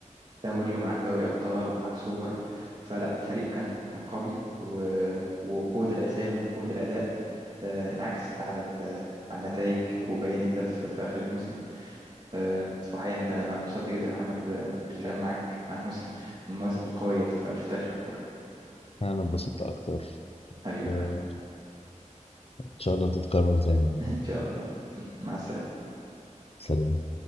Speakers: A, on the right; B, on the left.
A: دوري ومعاك دوري أبطال ومعاك سوبر فلا الفريق كان كان قوي و- وقوة الأسامي وقوة الأداء آه، انعكست على ال- على النتائج وبينت ده في في آخر الموسم آه، وحقيقة أنا ك- أنا اتبسطت جدا يا محمد ب- بالكلام معاك عن موسم من المواسم القوية في في تاريخ الكرة
B: انا انبسطت اكتر
A: حبيبي
B: وان
A: يا محمد
B: شاء الله تتكرر تاني
A: <laughs> إن شاء الله مع السلامة
B: سلام